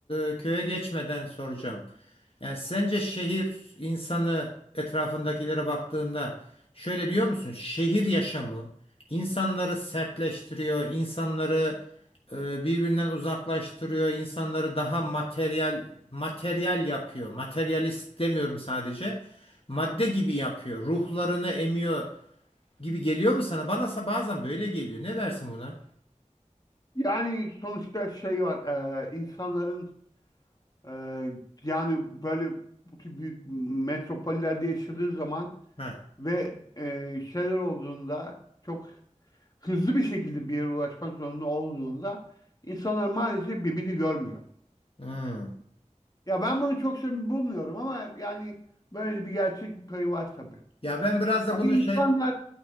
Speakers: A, on the left (about 45°); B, on the left (about 30°).
A: e, köye geçmeden soracağım. Yani sence şehir insanı etrafındakilere baktığında şöyle diyor musun? Şehir yaşamı insanları sertleştiriyor, insanları e, birbirinden uzaklaştırıyor, insanları daha materyal materyal yapıyor. Materyalist demiyorum sadece. Madde gibi yapıyor. Ruhlarını emiyor gibi geliyor mu sana? Bana sa- bazen böyle geliyor. Ne dersin buna?
B: Yani sonuçta şey var. e, insanların e, yani böyle bu tür büyük metropollerde yaşadığı zaman
A: Heh.
B: ve e, şeyler olduğunda çok hızlı bir şekilde bir yere ulaşmak zorunda olduğunda insanlar maalesef birbirini görmüyor.
A: Hmm.
B: Ya ben bunu çok samimi bulmuyorum ama yani böyle bir gerçeklik payı var tabii.
A: Ya ben biraz da
B: Ama
A: bunu
B: insanlar,
A: şey